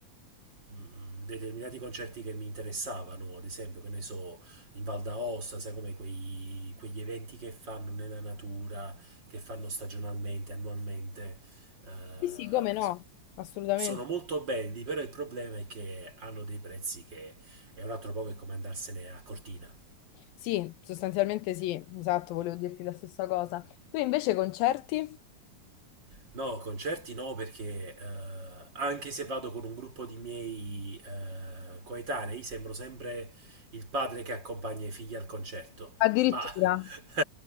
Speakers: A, on the right (about 30°); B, on the left (about 80°).
A: mh, determinati concerti che mi interessavano, ad esempio, che ne so, in Val d'Aosta, sai come quei- quegli eventi che fanno nella natura, che fanno stagionalmente, annualmente, eh,
B: Sì, sì, come no,
A: s-
B: assolutamente.
A: sono molto belli, però il problema è che hanno dei prezzi che è un altro po' che come andarsene a Cortina.
B: Sì, sostanzialmente sì, esatto, volevo dirti la stessa cosa. Tu invece concerti?
A: No, concerti no, perché eh, anche se vado con un gruppo di miei eh, coetanei, sembro sempre il padre che accompagna i figli al concerto.
B: Addirittura.
A: Ma <laughs>